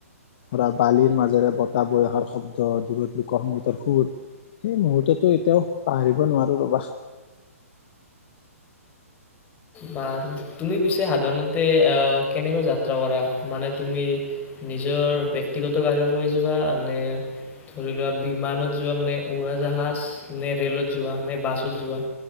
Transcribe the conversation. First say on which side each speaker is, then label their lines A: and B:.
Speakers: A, on the left; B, on the left.
A: ধৰা বালিৰ মাজেৰে বতাহ বয়সাৰ শব্দ দূৰত লোক সংংগীতৰ সুৰ সেই মুহূৰ্ততো এতিয়াও পাহৰিব নোৱাৰো ৰবা।
B: বাৰু তুমি পিছে সাধাৰণতে কেনেকৈ যাত্ৰা কৰা, মানে তুমি নিজৰ ব্যক্তিগত গাড়ী লৈ যোৱা নে ধৰি লোৱা বিমানত যোৱা মানে উৰাজাহাজ নে ৰেলত যোৱা নে বাছত যোৱা